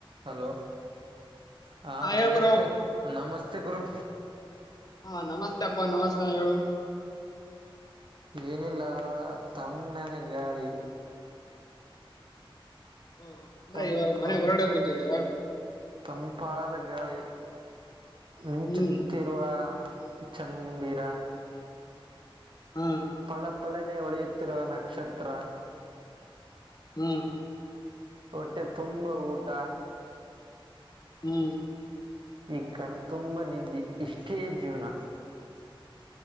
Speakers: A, on the right (about 60°); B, on the left (about 45°).
A: Hello ಹಾ
B: ಹೇಳ್
A: ನಮಸ್ತೆ
B: ಗುರು
A: ನಮಸ್ತೆ ಗುರು
B: ಹಾ ನಮಸ್ತೆ ಅಪ್ಪಾ ನಮಸ್ತೆ ಹೇಳು
A: ಏನಿಲ್ಲ ತ್ಣನ ಗಾಳಿ
B: ಹ ಅಂದ್ರೆ
A: ತಂ
B: ಇವಾಗ ಮನೆ
A: ತಂ
B: ಹೊರಗಡೆ ಕುಂತಿದ್ದೀರಾ
A: ತಂಪಾದ ಗಾಳಿ ಮಿಂಚುತ್ತಿರುವ
B: ಹ್ಮ್
A: ಚಂದಿರ
B: ಹ್ಮ
A: ಪಳ್ಳ ಪಳ್ಳನೇ ಉಳಿಯುತ್ತಿರುವ ನಕ್ಷತ್ರ
B: ಹ್ಮ್
A: ಹೊಟ್ಟೆ ತುಂಬಾ ಊಟ
B: ಹ್ಮ್
A: ಈ ಕಣ ತುಂಬಾ ನಿದ್ದೆ ಇಷ್ಟೇ ಜೀವನ